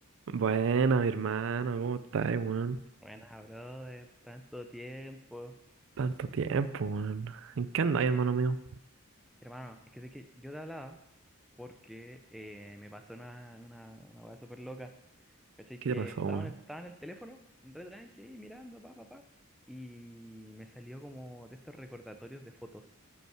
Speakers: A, on the right; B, in the centre.
A: Buena, mi hermano, ¿cómo estás, weón?
B: Buenas, brother, tanto tiempo.
A: Tanto tiempo, weón. ¿En qué andas,
B: Eh,
A: hermano mío?
B: hermano, es que sé que yo te hablaba porque eh, me pasó una, una, una weá súper loca, ¿cachai?
A: ¿Qué
B: Que
A: te pasó,
B: estaba
A: weón?
B: en el, estaba en el teléfono, re tranqui, ahí mirando, pa, pa, pa, y me salió como de estos recordatorios de fotos.